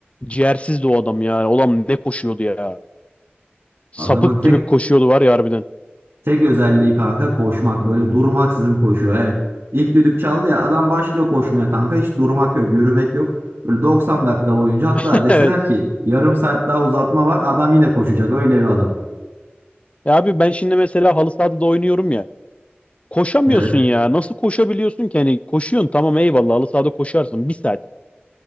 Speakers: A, on the left; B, on the right.
A: ciğersizdi o adam ya. Olam ne koşuyordu ya. Sapık
B: Adamın tek
A: gibi koşuyordu var ya harbiden.
B: Tek özelliği kanka koşmak. Böyle durmaksızın koşuyor. Yani ilk düdük çaldı ya adam başlıyor koşmaya kanka. Hiç durmak yok, yürümek yok. Böyle 90 dakika boyunca hatta
A: <laughs>
B: deseler
A: Evet.
B: ki yarım saat daha uzatma var adam yine koşacak. Öyle bir adam.
A: Ya abi ben şimdi mesela halı sahada da oynuyorum ya. Koşamıyorsun
B: Evet.
A: ya. Nasıl koşabiliyorsun ki? Hani koşuyorsun tamam eyvallah halı sahada koşarsın. Bir saat.